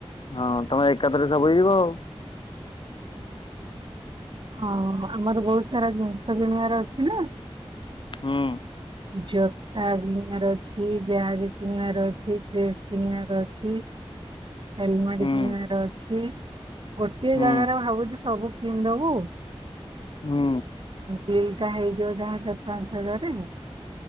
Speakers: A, on the left; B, on the right.
A: ହଁ ତମେ ଏକାଥରେ ସବୁ ହେଇଯିବ ଆଉ।
B: ହଁ ଆମର ବହୁତ ସାରା ଜିନିଷ କିଣିବାର ଅଛି ନା।
A: ହଁ।
B: ଜୋତା କିଣିବାର ଅଛି। କି ବ୍ୟାଗ୍ କିଣିବାର ଅଛି ଡ୍ରେସ୍ କିଣିବାର ଅଛି। ହେଲମେଟ୍
A: ହୁଁ
B: କିଣିବାର ଅଛି ଗୋଟଏ
A: ହୁଁ
B: ଜାଗାରେ ମୁ ଭାବୁଛି ସବୁ କିଣି ଦବୁ।
A: ହୁଁ।
B: ବିଲ୍ ଟା ହେଇଯିବ ଯାହା ଚାର୍ ପାଞ୍ଚ ହଜାର।